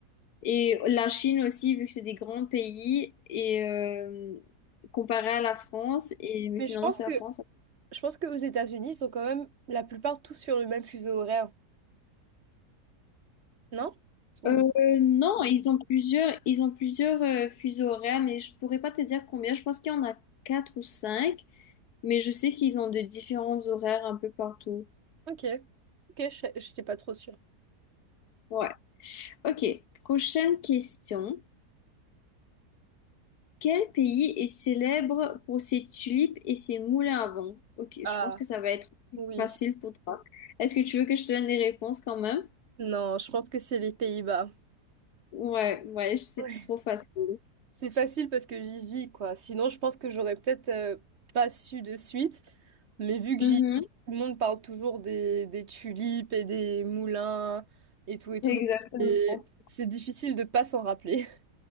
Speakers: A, on the left; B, on the right.
A: et la Chine aussi, vu que c'est des grands pays et euh, comparé à la France et mais
B: Mais
A: finalement
B: je pense
A: c'est
B: que
A: la France.
B: je pense que aux États-Unis, ils sont quand même la plupart tous sur le même fuseau horaire. Non? Ou-
A: Euh, non, ils ont plusieurs, ils ont plusieurs euh, fuseaux horaires, mais je pourrais pas te dire combien. Je pense qu'il y en a quatre ou cinq, mais je sais qu'ils ont de différents horaires un peu partout.
B: Ok. Ok, je n'étais pas trop sûre.
A: Ouais. Ok. Prochaine question. Quel pays est célèbre pour ses tulipes et ses moulins à vent? Ok,
B: Ah,
A: je pense que ça va être
B: oui.
A: facile pour toi. Est-ce que tu veux que je te donne les réponses quand même?
B: Non, je pense que c'est les Pays-Bas.
A: Ouais, ouais, c'était
B: Ouais.
A: trop facile.
B: C'est facile parce que j'y vis, quoi. Sinon, je pense que j'aurais peut-être euh, pas su de suite. Mais vu que
A: Mhm,
B: j'y vis, tout le monde parle toujours des, des tulipes et des moulins et tout et tout.
A: exactement.
B: Donc, c'est c'est difficile de pas s'en rappeler.